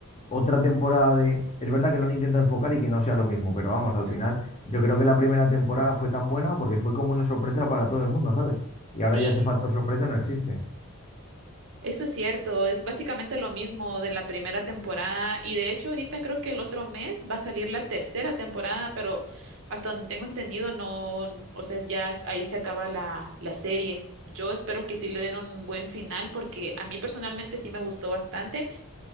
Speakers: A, on the left; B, on the right.
A: otra temporada de... Es verdad que lo han intentado enfocar y que no sea lo mismo, pero vamos, al
B: Ujú.
A: final yo creo que la primera temporada fue tan buena porque fue como una sorpresa para todo el mundo, ¿sabes?
B: Sí.
A: Y ahora ya ese factor sorpresa no existe.
B: Eso es cierto, es básicamente lo mismo de la primera temporada y de hecho ahorita creo que el otro mes va a salir la tercera temporada, pero hasta donde tengo entendido no, o sea, ya s- ahí se acaba la, la serie. Yo espero que sí le den un buen final porque a mí personalmente sí me gustó bastante,